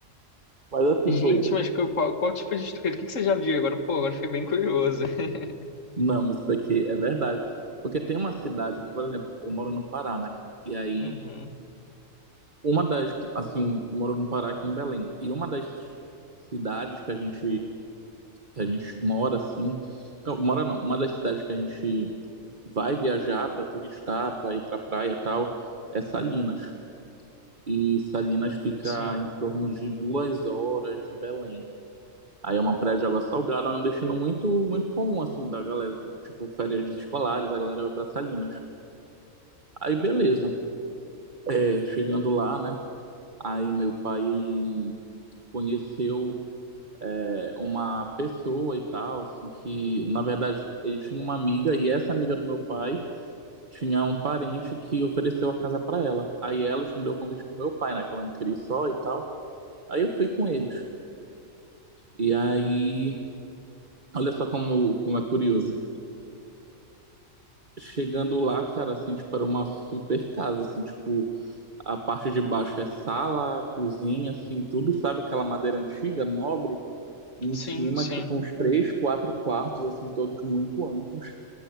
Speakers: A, on the right (about 35°); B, on the left (about 70°).
A: Mas assim
B: Gente,
A: foi,
B: mas que- qual, qual tipo de estrutura? O que que você já viu agora? Pô, agora fiquei bem curioso. <laughs>
A: não, isso daqui é verdade. Porque tem uma cidade que, por exemplo, eu moro no Pará, né? E aí
B: Uhum.
A: uma das assim, moro no Pará aqui em Belém. E uma das cidades que a gente que a gente mora assim, não, mora não, uma das cidades que a gente vai viajar para turistar, para ir para praia e tal, é Salinas. E Salinas fica
B: Sim.
A: em torno de duas horas de Belém. Aí é uma praia de água salgada, é um destino muito, muito comum, assim, da galera. Tipo, férias escolares, a galera vai para Salinas. Aí, beleza. É, chegando lá, né? Aí meu pai, ele conheceu é, uma pessoa e tal, assim, que, na verdade, ele tinha uma amiga, e essa amiga do meu pai tinha um parente que ofereceu a casa para ela. Aí ela estendeu o convite pro meu pai, né? Que ela não queria ir só e tal. Aí eu fui com eles. E aí, olha só como, como é curioso. Chegando lá, cara, assim, tipo, era uma super casa, assim, tipo, a parte de baixo é sala, cozinha, assim, tudo, sabe? Aquela madeira antiga, nobre. E
B: Sim,
A: em cima,
B: sim.
A: tipo, uns três, quatro quartos, assim, todos muito amplos.